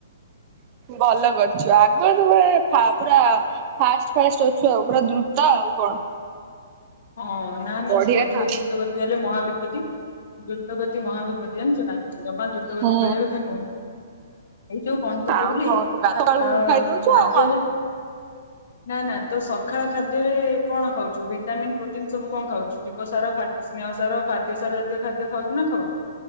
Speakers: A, on the right; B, on the left.
A: ଭଲ କରିଚ ଆଗୁଆ ତବେଳେ ଫା ପୁରା ଫାଷ୍ଟ୍ ଫାଷ୍ଟ୍ ଅଛୁ ଆଉ ପୁରା ଦ୍ରୁତ ଆଉ କଣ।
B: ହଁ ନା ନା
A: ବଢିଆ
B: ଅଧିକ
A: ଖା
B: ଦୁତ ଗତି ହେଲେ ମହାବିପତ୍ତି। ଦ୍ରୁତଗତି ମହାବିପତି ଜାଣିଚୁ ନା ଜମା ଦ୍ରୁତଗତି
A: ହୁଁ
B: କରିବା କଥା ନୁହଁ। ଏଇ ଯୋଉ କଣ ତ କଉଥିଲି
A: ଆଉ କଣ ତୁ ଗାଧୁଆଳୁ
B: ଆ
A: ଖାଇଦଉଛୁ
B: ଖାଦ୍ୟରେ
A: ଆଉ କଣ।
B: ନା ନା ତୋ ସକାଳ ଖାଦ୍ୟରେ କଣ ଖାଉଚୁ ଭିଟାମିନ୍ ପ୍ରୋଟିନ୍ ସବୁ କଣ ଖାଉଚୁ? ଜୀବ ସାର, ଖା ସ୍ନେହ ସାର, ଖାଦ୍ୟ ସାର ଜାତୀୟ ଖାଦ୍ୟ ଖାଉଚୁ ନା ଖାଉନୁ?